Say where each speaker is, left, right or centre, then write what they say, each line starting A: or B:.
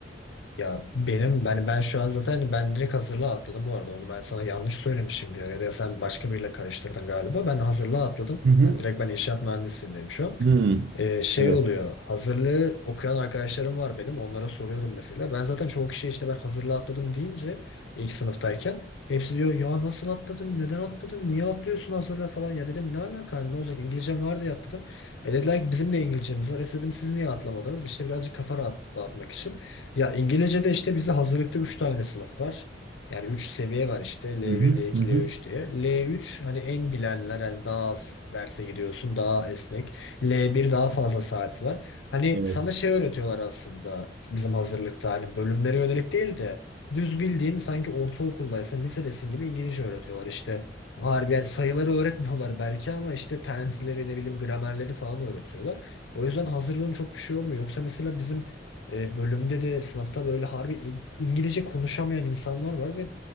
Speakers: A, on the left; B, on the right.
A: Ya benim ben ben şu an zaten ben direkt hazırlığa atladım bu arada. Onu ben sana yanlış söylemişim diyor. Ya da sen başka biriyle karıştırdın galiba. Ben hazırlığa atladım.
B: Hı hı.
A: Hani direkt ben inşaat mühendisliğindeyim şu an.
B: Hmm.
A: Ee, şey
B: Evet.
A: oluyor. Hazırlığı okuyan arkadaşlarım var benim. Onlara soruyorum mesela. Ben zaten çoğu kişiye işte ben hazırlığı atladım deyince ilk sınıftayken hepsi diyor ya nasıl atladın? Neden atladın? Niye atlıyorsun hazırlığı falan? Ya dedim ne alaka? Hani Ne olacak? İngilizcem var diye atladım. E dediler ki bizim de İngilizcemiz var. E dedim siz niye atlamadınız? İşte birazcık kafa rahat, dağıtmak için. Ya İngilizce'de işte bizde hazırlıkta 3 tane sınıf var. Yani 3 seviye var işte L1,
B: Hı hı.
A: L2,
B: Hı hı.
A: L3 diye. L3 hani en bilenler hani daha az derse gidiyorsun, daha esnek l bir daha fazla saat var. Hani
B: Evet.
A: sana şey öğretiyorlar aslında bizim hazırlıkta hani bölümlere yönelik değil de düz bildiğin sanki ortaokuldaysın, lisedesin gibi İngilizce öğretiyorlar. İşte harbiden sayıları öğretmiyorlar belki ama işte tensleri ne bileyim gramerleri falan öğretiyorlar. O yüzden hazırlığın çok bir şey olmuyor. Yoksa mesela bizim e, bölümde de sınıfta böyle harbi İ- İngilizce konuşamayan insanlar var ve